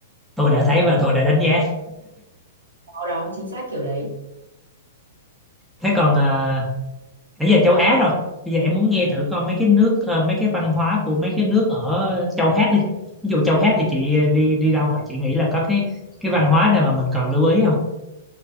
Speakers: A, in the centre; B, on the right.
A: tôi đã thấy và tôi đã đánh giá
B: Đó đó, chính xác kiểu đấy.
A: thế còn ờ, nãy giờ châu Á rồi bây giờ em muốn nghe thử coi mấy cái nước ờ, mấy cái văn hóa của mấy cái nước ở châu khác đi ví dụ châu khác thì chị ờ, đi đi đâu mà chị nghĩ là có cái cái văn hóa nào mà mình cần lưu ý không